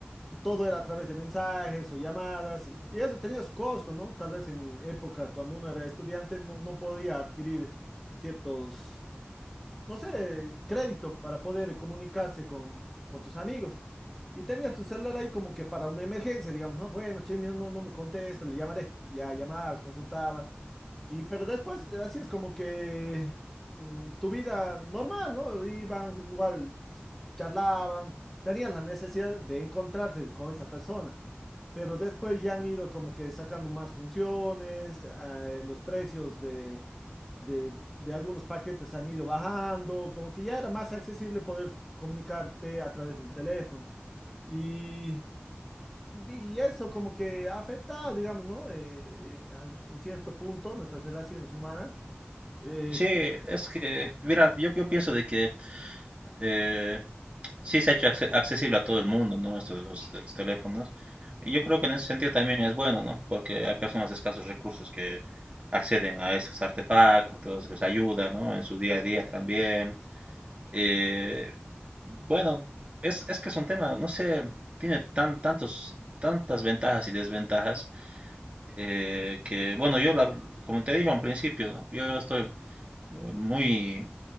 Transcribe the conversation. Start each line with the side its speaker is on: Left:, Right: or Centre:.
Centre: todo era a través de mensajes o llamadas, y, y eso tenía su costo, ¿no? Tal vez en época cuando uno era estudiante no, no podía adquirir ciertos, no sé, créditos para poder comunicarse con, con tus amigos. Y tenías tu celular ahí como que para una emergencia, digamos, ¿no? Bueno, che, mira, no, no me contesta, le llamaré. Ya llamabas, consultabas. Y pero después, así es como que mm, tu vida normal, ¿no? Iban igual, charlaban, tenías la necesidad de encontrarte con esa persona, pero después ya han ido como que sacando más funciones, eh, los precios de, de, de algunos paquetes han ido bajando, como que ya era más accesible poder comunicarte a través de un teléfono. Y y eso como que ha afectado, digamos, ¿no? Eh, eh, an- en cierto punto nuestras relaciones humanas. Eh,
Right: Sí, es que, mira, yo, yo pienso de que eh, sí se ha hecho acce- accesible a todo el mundo, ¿no? Esto de los, de los teléfonos. Y yo creo que en ese sentido también es bueno, ¿no? Porque hay personas de escasos recursos que acceden a estos artefactos, les ayuda, ¿no? En su día a día también. Eh, bueno, es, es que es un tema, no sé, tiene tan, tantos, tantas ventajas y desventajas eh, que, bueno, yo, la- como te dije al principio, ¿no? yo estoy eh, muy,